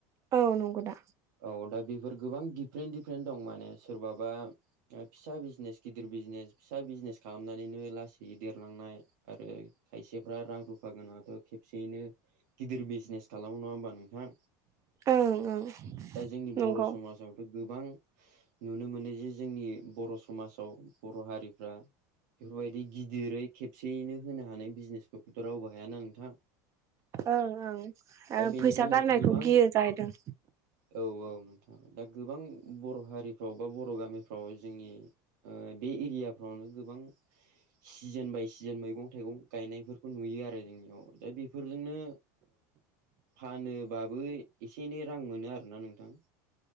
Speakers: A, on the right; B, on the right.
A: औ नंगौ दा
B: औ दा बेफोर गोबां दिडपारेन्ट दिडफारेन्ट दं माने सोरबाबा फिसा बिजनेस गिदिर बिजनेस फिसा बिजनेस खालामनानैनो लासै देरलांनाय आरो खायसेफ्रा रां रुफा गोनाङाथ' खेबसेयैनो गिदिर बिजनेस खालामो नङा होमबा नोंथां
A: ओं ओं
B: दा जोंनि
A: नंगौ
B: बर' समाजाव गोबां नुनो मोनो जे जोंनि बर' समाजाव बर' हारिफ्रा बेफोरबायदि गिदिरै खेबसेयैनो होनो हानाय बिजनेसफोरखौथ' रावबो हायाना नोंथां
A: ओं ओं
B: दा बेनिखायनो
A: फैसा गारनायखौ
B: गोबां
A: गियो जाहैदों
B: औ औ नोंथां दा गोबां बर' हारिफ्राव बा बर' गामिफ्राव जोंनि बे एरियाफ्रावनो गोबां सिजोन बाय सिजोन मैगं मं थाइगं गायनायफोरखौ नुयो आरो जोंनियाव दा बेफोरजोंनो फानोबाबो एसे एनै रां मोनो आरोना नोंथां